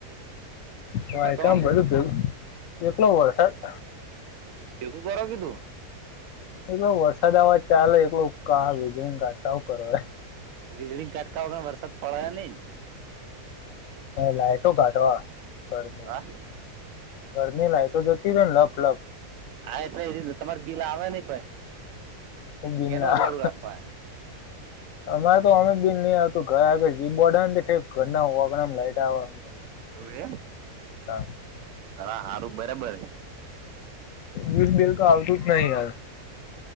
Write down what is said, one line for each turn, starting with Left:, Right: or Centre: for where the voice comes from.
Right: તમા
Left: વાય કામ બધું ભું એકલો હો વરસાદ
Right: એવુ કરે કે તું
Left: એલો વરસાદ આવાજ ચાલે એકલો ક વિજ ગાટકાવ કરો
Right: વીજળી કટકાવા પણ વરસાદ પડયા નઈને
Left: લાઈટો કાઢવા ઘરની
Right: હા
Left: ઘર ની લાય તો જતી રને લપ લપ
Right: હા એટલે એ તમાર બિલ આવે નહ ભાઈ
Left: બિલ
Right: એનું
Left: ના
Right: અજવાળું
Left: આવે
Right: રાખવા
Left: અમારે તો અમે બીન નહી આવતું ઘરે આગર જી બોર્ડ ઘરના ઓગડા લાઈટમે
Right: એવું એમ
Left: હા
Right: હા હારું બરાબર
Left: વીર બિલ તો આવતું જ નહી હયાર